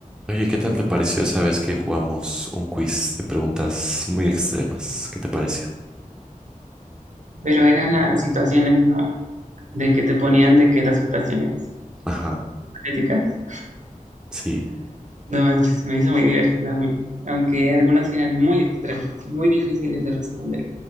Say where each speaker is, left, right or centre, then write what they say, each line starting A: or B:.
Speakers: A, in the centre; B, on the right.
A: Oye, ¿qué tal te pareció esa vez que jugamos un quiz de preguntas muy extremas? ¿Qué te pareció?
B: Pero eran las situaciones, ¿no? De que te ponían de que las situaciones
A: Ajá,
B: críticas.
A: sí,
B: No, manches, me hizo muy divertida a mí. Aunque algunas eran muy extremas y muy difíciles de responder.